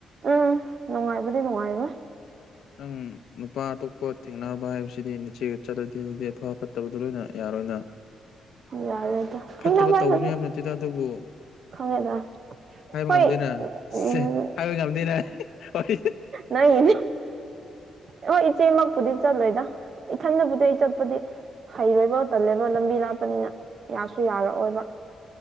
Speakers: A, on the right (about 50°); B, on the left (about 75°).
A: ꯎꯝ ꯅꯨꯡꯉꯥꯏꯕꯨꯗꯤ ꯅꯨꯡꯉꯥꯏꯔꯣꯏ
B: ꯅꯪ ꯅꯨꯄꯥ ꯑꯇꯣꯞꯄ ꯊꯦꯡꯅꯕ ꯍꯥꯏꯕꯁꯤꯗꯤ ꯅꯆꯦꯒ ꯆꯠꯂꯗꯤ ꯑꯗꯨꯗꯤ ꯑꯐ ꯐꯠꯇꯕꯗꯨ ꯂꯣꯏꯅ ꯌꯥꯔꯣꯏꯅ꯫
A: ꯌꯥꯔꯣꯏꯗ
B: ꯐꯠꯇꯕ
A: ꯊꯦꯡꯅꯕ
B: ꯇꯧꯒꯅꯤ
A: ꯍꯥꯏꯕꯁꯦ
B: ꯌꯥꯝ ꯅꯠꯇꯦꯗ ꯑꯗꯨꯕꯨ
A: ꯈꯪꯉꯦꯗ
B: ꯍꯥꯏꯕ
A: ꯍꯣꯏ
B: ꯉꯝꯗꯦꯅ
A: ꯎꯝ
B: ꯁꯦ ꯍꯥꯏꯕ ꯉꯝꯗꯦꯅ ꯍꯣꯏ
A: ꯅꯪꯒꯤꯅꯤ ꯍꯣꯏ ꯏꯆꯦꯃꯛꯄꯨꯗꯤ ꯆꯠꯂꯣꯏꯗ ꯏꯊꯟꯗꯕꯨꯗꯤ ꯑꯩ ꯆꯠꯄꯗꯤ ꯍꯩꯔꯣꯏꯕ ꯇꯜꯂꯦꯕ ꯂꯝꯕꯤ ꯂꯥꯞꯄꯅꯤꯅ ꯌꯥꯁꯨ ꯌꯥꯔꯛꯑꯣꯏꯕ